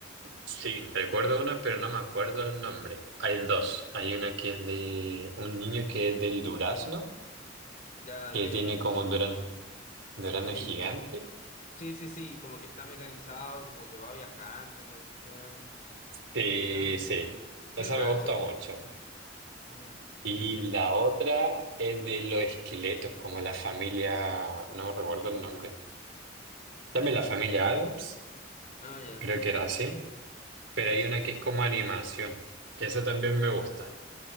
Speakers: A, on the right; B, on the left.
A: Sí, recuerdo uno, pero no me acuerdo el nombre. Hay dos. Hay una que es de un niño que es del durazno,
B: Ya
A: que
B: de...
A: tiene como
B: Sí.
A: un durazno, durazno
B: Y,
A: gigante.
B: mm. sí, sí, sí. Como que está mecanizado, como que va viajando en la cuestión.
A: Sí,
B: ¿No?
A: sí,
B: Sí,
A: esa
B: lo cacho.
A: me gusta mucho.
B: Sí. Mm,
A: Y
B: sí, sí.
A: la otra es de los esqueletos, como la familia, no recuerdo el nombre. También la familia Adams.
B: Ah, ya,
A: Creo
B: ya,
A: que era así,
B: ya,
A: pero hay
B: sí.
A: una que es como animación, que esa también me gusta.